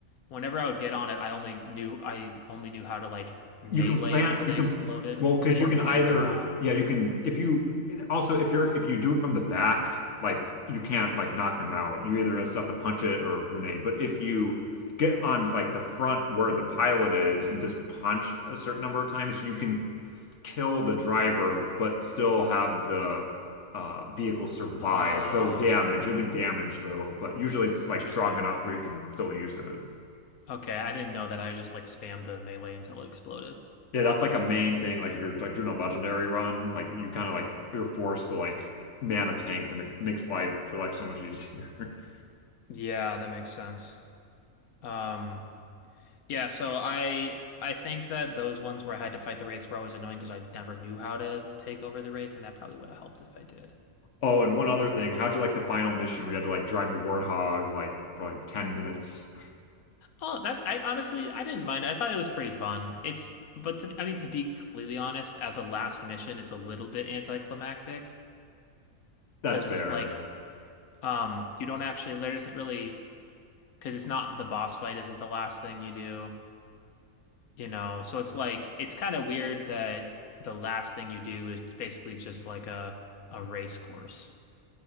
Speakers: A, on the left; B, on the left.
A: Whenever I would get on it, I only knew I only knew how to like melee
B: You can plant,
A: them till
B: you
A: they
B: can,
A: exploded
B: well, because
A: or
B: you can
A: plant
B: either,
A: the bomb.
B: yeah, you can, if you, and also if you're, if you do it from the back, like you can't like knock them out. You either just have to punch it or grenade. But if you get on like the front where the pilot is and just punch a certain number of times, you can kill the driver, but still have the uh, vehicle survive,
A: Oh,
B: though damage. It'll be damaged though, but usually it's
A: interesting.
B: like strong enough where you can still use it.
A: Okay, I didn't know that. I just like spammed the melee until it exploded.
B: Yeah, that's like a main thing. Like if you're like doing a legendary run, like you kind of like you're forced to like man a tank that make, makes life your life so much easier. <laughs>
A: Yeah, that makes sense. Um, yeah, so I I think that those ones where I had to fight the wraiths were always annoying because I never knew how to take over the wraith, and that probably would have helped if I did.
B: Oh, and one other thing, how'd you like the final mission where you had to like drive the Warthog like for like 10 minutes?
A: Oh, that I honestly I didn't mind. I thought it was pretty fun. It's but to I mean to be completely honest, as a last mission, it's a little bit anticlimactic
B: <laughs> That's
A: because it's
B: fair.
A: like um you don't actually there isn't really because it's not the boss fight isn't the last thing you do, you know. So it's like it's kind of weird that the last thing you do is basically just like a a race course.